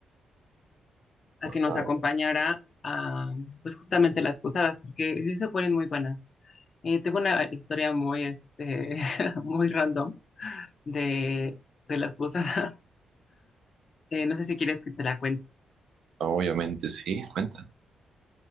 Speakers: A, on the left (about 50°); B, on the right (about 75°).
A: a que nos
B: Ah,
A: acompañara a, pues justamente las posadas, porque sí se ponen muy buenas. Y tengo una historia muy, este, <laughs> muy random de, de las posadas. <laughs> Eh, no sé si quieres que te la cuente.
B: Obviamente sí, cuentan.